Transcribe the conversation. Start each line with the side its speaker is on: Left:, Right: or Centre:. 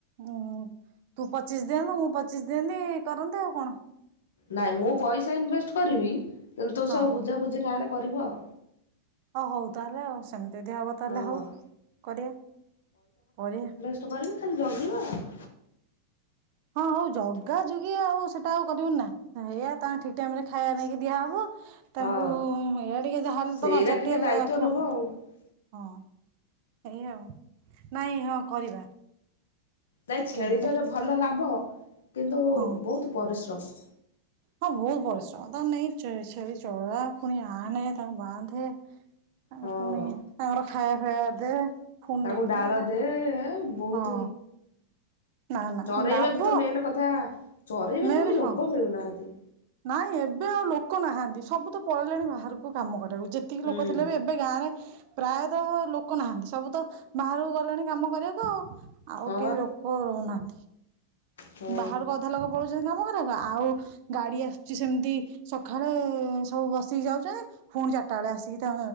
Right: ଉଁ। ତୁ ପଚିଶି ଦିଅନ୍ତୁ ମୁଁ ପଚିଶି ଦିଅନ୍ତି କରନ୍ତୁ ଆଉ କଣ?
Left: ନାଇଁ ମୁଁ ପଇସା ଇନଭେଷ୍ଟେ କରିବି। କିନ୍ତୁ ତୁ
Right: ହଁ
Left: ସବୁ ବୁଝାବୁଝି ଗାଁରେ କରିବୁ ଆଉ।
Right: ହଁ ହଉ ତାହେଲେ ଆଉ ସେମିତି ଯଦି ହବ ଯଦି
Left: ହଁ
Right: ହଉ। କରବା। କରିବା।
Left: ତୁ କରିବୁ ଖାଲି ଜଗିବା ଆଉ।
Right: ହଁ ହଉ ଜଗା ଯୁଗି ଆଉ ସେଟା ଆଉ କରିବୁନି ନାଁ। ହେଇୟା ତାଙ୍କ ଠିକି ଟାଇମ୍ ରେ ଖାଇବା ନେଇକି ଦିଆହବ। ତାଙ୍କୁ
Left: ହଁ
Right: ଏଇଆ ଟିକେ ଯାହାଲେ
Left: ସେଇରା
Right: ତ ନଜର ଟିକେ
Left: ଦାୟିତ୍ୱ
Right: ରଖିବାକୁ
Left: ନବ
Right: ପଡିବ।
Left: ଆଉ
Right: ହଁ। ଏଇ ଆଉ। ନାଇଁ ହଁ କରିବା।
Left: ନାଇଁ ଛେଳିଟାରେ
Right: କେବେ
Left: ଭଲ ଲାଭ। କିନ୍ତୁ
Right: ହଁ
Left: ବହୁତୁ ପରିଶ୍ରମ।
Right: ହଁ ବହୁ ପରିଶ୍ରମ ତାକୁ ନେଇ ଚ ଛେଳି ଚଳେଇବା ଫୁଣି ଆଣେ ତାଙ୍କୁ ବାନ୍ଧେ। ତାଙ୍କୁ
Left: ହଁ।
Right: ଫୁଣି। ତାଙ୍କର ଖାଇବା ଫାଇବା ଦେ। ପୁଣି
Left: ତାଙ୍କୁ
Right: ନେଇକି
Left: ଡାଳ
Right: ଯା ଏରା
Left: ଦେ ବହୁତୁ।
Right: ହଁ। ନା ନା
Left: ଚରେଇବାକୁ
Right: ଲାଭ
Left: ତ ମେନ୍ କଥା। ଚରେଇବାକୁ
Right: ମେନ୍
Left: ବି ଲୋକ
Right: ହଁ
Left: ମିଳୁନାହାନ୍ତି।
Right: ନାଇଁ ଏବେ ଆଉ ଲୋକ ନାହାନ୍ତି ସବୁ ତ ପଳେଇଲେଣି ବାହାରକୁ କାମ କରିବାକୁ। ଯେତେ ଏତିକି
Left: ହୁଁ
Right: ଲୋକ ଥିଲେ ବି ଏବେ ଗାଁ ରେ ପ୍ରାୟତଃ ଲୋକ ନାହାନ୍ତି। ସବୁ ତ ବାହାରକୁ ଗଲେଣି କାମ କରିବାକୁ ଆଉ। ଆଉ
Left: ହଁ
Right: କେହି
Left: ବା
Right: ରୋକ ନାହାନ୍ତି।
Left: ହଁ
Right: ବାହାରକୁ ଅଧା ଲୋକ ପଳଉଛନ୍ତି କାମ କରବା କୁ ଆଉ ଗାଡି ଆସୁଛି ସେମିତି ସକାଳେ ସବୁ ବସିକି ଯାଉଛନ୍ତି। ପୁଣି ଚାଟା ବେଳେ ଆସିକି ତା